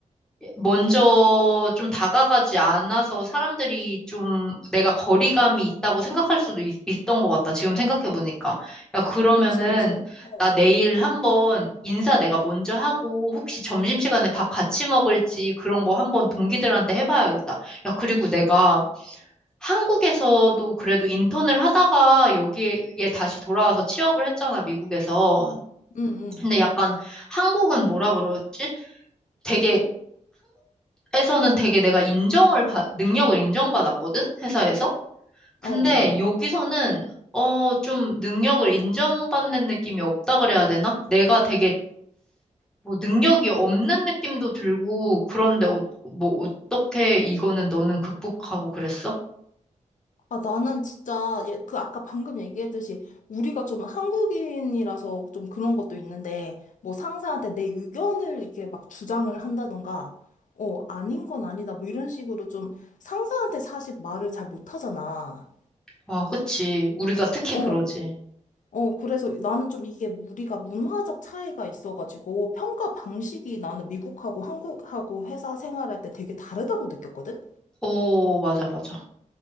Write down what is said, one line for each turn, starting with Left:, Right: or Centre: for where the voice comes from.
Centre: 먼저 좀 다가가지 않아서 사람들이 좀 내가 거리감이 있다고 생각할 수도 있, 던것 같다. 지금 생각해보니까. 야, 그러면은
Left: 그치, 그치. 어,
Centre: 나 내일 한번 인사 내가 먼저 하고 혹시 점심시간에 밥 같이 먹을지 그런 거 한번 동기들한테 해봐야겠다. 야, 그리고 내가 한국에서도 그래도 인턴을 하다가 여기에 다시 돌아와서 취업을 했잖아, 미국에서.
Left: 응, 응.
Centre: 근데 약간 한국은 뭐라 그러지? 되게 한국에서는 되게 내가 인정을 받, 능력을 인정받았거든, 회사에서. 근데
Left: 어, 어.
Centre: 여기서는 어, 좀 능력을 인정받는 느낌이 없다 그래야 되나? 내가 되게 뭐 능력이 없는 느낌도 들고 그런데 어, 뭐 어떻게 이거는 너는 극복하고 그랬어?
Left: 아, 나는 진짜, 예, 그 아까 방금 얘기했듯이, 우리가 좀 한국인이라서 좀 그런 것도 있는데, 뭐 상사한테 내 의견을 이렇게 막 주장을 한다던가, 어, 아닌 건 아니다, 뭐 이런 식으로 좀 상사한테 사실 말을 잘 못하잖아.
Centre: 와, 그치. 우리가 특히
Left: 어,
Centre: 그러지.
Left: 어, 그래서 나는 좀 이게 우리가 문화적 차이가 있어가지고 평가 방식이 나는 미국하고 한국하고 회사 생활할 때 되게 다르다고 느꼈거든?
Centre: 오, 맞아, 맞아.